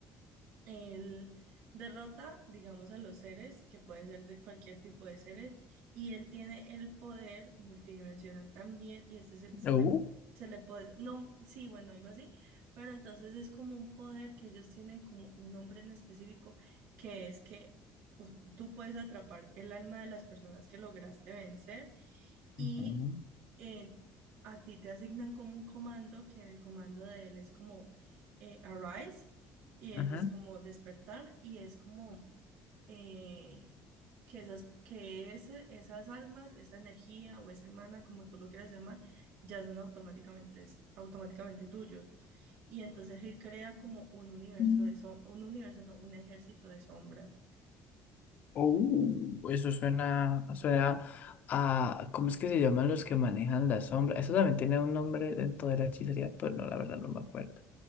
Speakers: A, on the right; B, on the left.
A: Él derrota, digamos, a los seres, que pueden ser de cualquier tipo de seres, y él tiene el poder multidimensional también, y este se, se
B: uh,
A: le, se le puede, no, sí, bueno, algo así, pero entonces es como un poder que ellos tienen como un nombre en específico, que es que u- tú puedes atrapar el alma de las personas que lograste vencer y
B: ujú,
A: eh, a ti te asignan como un comando que el comando de él es como eh, arise, eh,
B: ujú.
A: pues como despertar y es como eh, que esas, que ese- esas almas, esa energía o ese mana, como tú lo quieras llamar, ya son automáticamente, es- automáticamente tuyos. Y entonces él crea como un universo
B: Mm.
A: de so- un universo, no, un ejército de sombras.
B: Uh, eso suena, suena a, ¿cómo es que se llaman los que manejan la sombra? Eso también tiene un nombre dentro de la hechicería, pero no, la verdad no me acuerdo.